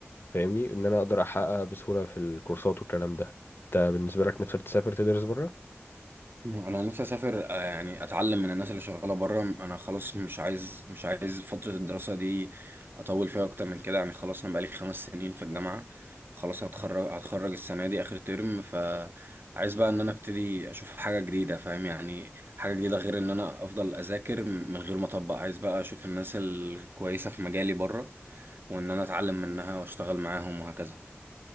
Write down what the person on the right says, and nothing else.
انا نفسي اسافر آه، يعني اتعلم من الناس اللي شغاله بره انا خلاص مش عايز مش عايز فتره الدراسه دي اطول فيها اكتر من كده يعني خلاص انا بقالي خمس سنين في الجامعه خلاص هتخرج هتخرج السنه دي اخر ترم فعايز بقى ان انا ابتدي اشوف حاجه جديده فاهم يعني حاجه جديده غير ان انا افضل اذاكر من غير ما اطبق عايز بقى اشوف الناس الكويسه في مجالي بره وان انا اتعلم منها واشتغل معاهم وهكذا